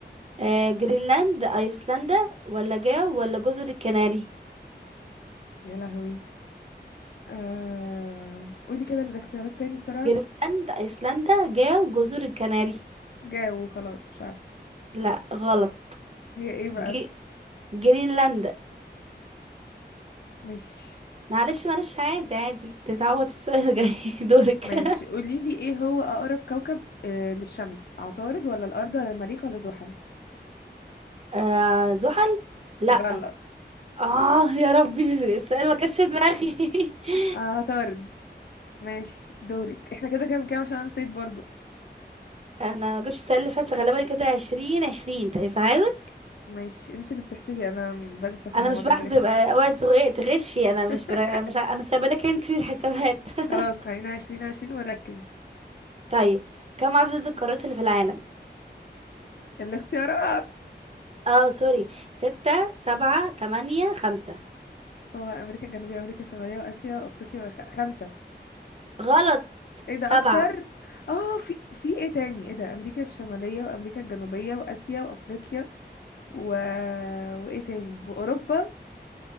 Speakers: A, on the right; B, on the left.
A: آه، جرينلاند أيسلندا ولا جاو ولا جزر الكناري
B: يا لهوي آه... قولي كده الاختيارات تاني بسرعة
A: جرينلاند أيسلندا جاو جزر الكناري
B: جاوب خلاص مش عارفة
A: لا غلط
B: هي ايه بقى
A: جي... جرينلاند
B: ماشي
A: معلش معلش عادي عادي تتعوض في السؤال الجاي <laughs> دورك
B: ماشي قولي لي ايه هو اقرب كوكب آه للشمس عطارد ولا الارض ولا المريخ ولا زحل
A: <laughs> آه زحل لا
B: غلط
A: اه يا ربي السؤال ما جاش في دماغي <laughs>
B: عطارد ماشي دورك احنا كده كام كام عشان انا نسيت برضو
A: انا ما جبتش السنه اللي فاتت غالبا كده عشرين عشرين تقريبا تعادل
B: ماشي انت اللي بتحسبي انا بنسى في
A: انا
B: المواضيع
A: مش بحسب
B: ده
A: آه، اوعي تغ- تغشي انا مش
B: <laughs>
A: برا... مش ع- انا سايبه لك انت الحسابات <laughs>
B: خلاص خلينا عشرين عشرين ونركز
A: طيب كم عدد القارات اللي في العالم
B: الاختيارات
A: اه سوري ستة سبعة تمانية خمسة
B: هو امريكا الجنوبية امريكا الشمالية واسيا وافريقيا وخ... خمسة
A: غلط
B: ايه ده
A: سبعة
B: اكتر اه في في ايه تاني ايه ده امريكا الشماليه وامريكا الجنوبيه واسيا وافريقيا و... وايه تاني واوروبا